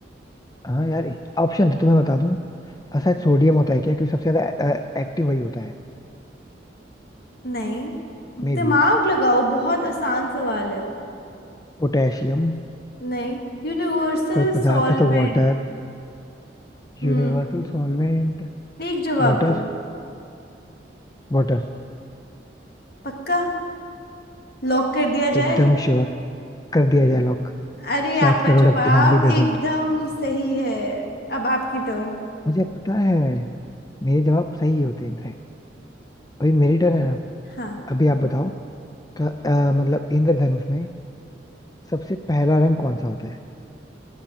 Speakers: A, on the left (about 20°); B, on the left (about 60°).
A: हाँ यार ऑप्शन तो मैं बता दूं अ, शायद सोडियम होता है क्या क्योंकि सबसे ज्यादा एक्टिव वही होता है
B: नहीं
A: मे
B: दिमाग
A: बी
B: लगाओ बहुत आसान सवाल है
A: potassium
B: नहीं Universal
A: कोई पदार्थ
B: solvent
A: है तो water
B: हम्म
A: Universal solvent
B: एक जवाब
A: Water
B: दो
A: Water
B: पक्का लॉक कर दिया
A: एकदम
B: जाए
A: श्योर कर दिया जाए लॉक
B: अरे
A: सात
B: आपका
A: करोड़
B: जवाब
A: अब इनाम भी दे
B: एकदम
A: दो
B: सही है अब आपकी टर्न
A: मुझे पता है मेरे जवाब सही होते हैं इनफैक्ट अभी मेरी टर्न है ना
B: हाँ
A: अभी आप बताओ का अ, मतलब इंद्रधनुष में सबसे पहला रंग कौन सा होता है